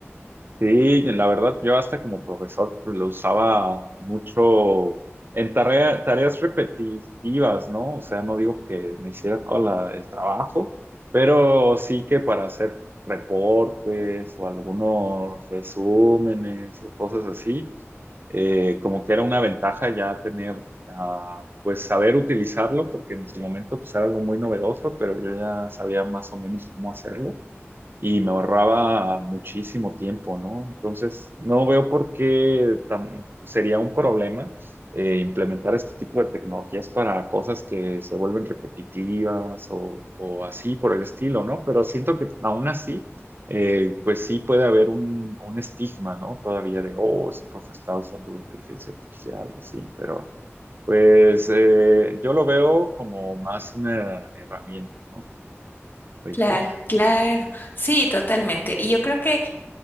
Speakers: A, on the right; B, on the left.
A: Sí, la verdad, yo hasta como profesor pues, lo usaba mucho en tarea- tareas repetitivas, ¿no? O sea, no digo que me hiciera todo la- el trabajo, pero sí que para hacer reportes o algunos resúmenes o cosas así, eh, como que era una ventaja ya tener, ah, pues saber utilizarlo, porque en su momento pues era algo muy novedoso, pero yo ya sabía más o menos cómo hacerlo y me ahorraba muchísimo tiempo, ¿no? Entonces, no veo por qué tam- sería un problema eh, implementar este tipo de tecnologías para cosas que se vuelven repetitivas o, o así por el estilo, ¿no? Pero siento que aún así, eh, pues sí puede haber un, un estigma, ¿no? Todavía de, oh, ese profe está usando inteligencia artificial, así, pero pues eh, yo lo veo como más una herramienta, ¿no? Reitero.
B: Claro, claro, sí, totalmente. Y yo creo que,